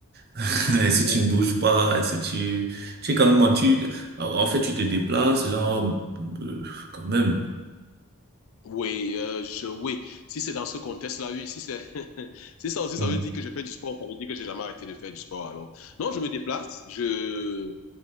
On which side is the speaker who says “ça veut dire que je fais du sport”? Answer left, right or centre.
Left